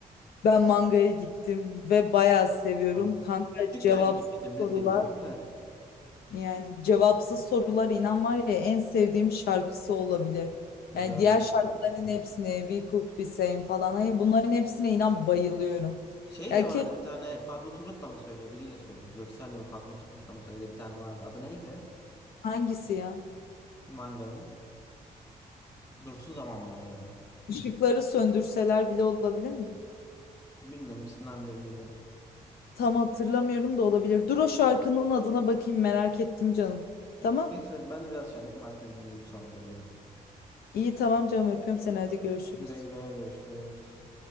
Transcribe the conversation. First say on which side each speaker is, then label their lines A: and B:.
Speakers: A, on the left (about 80°); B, on the left (about 25°).
A: ben mangaya gittim ve bayağı seviyorum.
B: Ha.
A: Kanka
B: Küçükken
A: cevapsız
B: gitmiştim lisedeydim
A: sorular
B: de.
A: yani cevapsız sorular inan var ya en sevdiğim şarkısı olabilir.
B: Güzeldi.
A: Yani diğer şarkıların hepsine We Could Be Same falan. Hani bunların hepsine inan bayılıyorum.
B: Şey
A: Ya
B: de vardı
A: keşke
B: bir tane Fatma Turgut da mı söylüyor biriyle söylüyor. Göksel'le mi Fatma Turgut da mı söylüyor bir tane vardı. Adı neydi?
A: hangisi ya?
B: Manganın. Dursun Zaman mı acaba?
A: Işıkları söndürseler bile olabilir mi?
B: Bilmiyorum ikisinden biriydi.
A: Tam hatırlamıyorum da olabilir. Dur o şarkının adına bakayım merak ettim canım. Tamam.
B: Neyse ben de biraz şarkı marka dinleyeyim sonra da uyurum.
A: İyi tamam canım öpüyorum seni hadi görüşürüz.
B: Güle güle görüşürüz.